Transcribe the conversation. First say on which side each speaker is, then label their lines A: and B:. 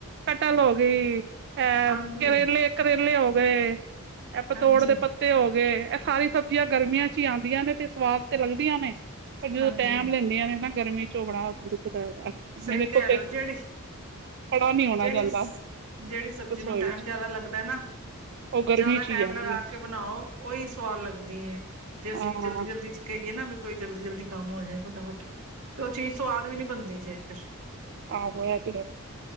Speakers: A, on the right; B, on the right.
A: ਕਟਲ ਹੋ ਗਈ- ਅਹ,
B: ਹਾਂਜੀ
A: ਕਰੇਲੇ, ਕਰੇਲੇ ਹੋ ਗਏ। ਇਹ ਪਤੋੜ
B: ਹਾਂਜੀ
A: ਦੇ ਪੱਤੇ ਹੋਗੇ, ਇਹ ਸਾਰੀ ਸਬਜ਼ੀਆਂ ਗਰਮੀਆਂ'ਚ ਹੀ ਆਂਦੀਆਂ ਨੇ, ਤੇ ਸਵਾਦ ਤੇ ਲੱਗਦੀਆਂ ਨੇ। ਪਰ ਜਦੋਂ
B: ਹਾਂਜੀ
A: ਟਾਈਮ ਲੈਂਦੀਆਂ ਨੇ ਨਾ ਗਰਮੀ'ਚੋਂ ਓ ਬੜਾ ਦੁਖਦਾ ਹੈਗਾ।
B: ਸਹੀ
A: ਮੈਂ ਦੇਖੋ
B: ਕਹਿ
A: ਫੇਰ
B: ਰਹੇ ਹੋ, ਜਿਹੜੀ,
A: ਖੜਾ ਨੀ ਹੋਣਾ
B: ਜਿਹੜੀ
A: ਜਾਂਦਾ
B: ਸ ਜਿਹੜੀ ਸਬਜ਼ੀ
A: ਰਸੋਈ
B: ਨੂੰ ਟਾਈਮ
A: ਚ
B: ਜਿਆਦਾ ਲੱਗਦਾ ਨਾ
A: ਉਹ ਗਰਮੀ
B: ਜ਼ਿਆਦਾ
A: ਚ ਹੀ
B: ਟਾਈਮ
A: ਆਉਂਦੀ
B: ਲਗਾਕੇ
A: ਹੈ
B: ਬਣਾਓ, ਉਹੀ ਸਵਾਦ ਲੱਗਦੀ ਏ, ਜੇ ਅਸੀਂ
A: ਹਾਂ
B: ਜਲਦੀ-ਜਲਦੀ'ਚ
A: ਹਮ
B: ਕਹੀਏ ਨਾ ਵੀ ਕੋਈ ਜਲਦੀ-ਜਲਦੀ ਕੰਮ ਹੋਜੇ, ਫਟਾਫਟ। ਤੇ ਉਹ ਚੀਜ਼ ਸਵਾਦ ਵੀ ਨੀ ਬਣਦੀ ਜੇ ਫਿਰ।
A: ਆਹੋ, ਐਤੇ ਹੈ।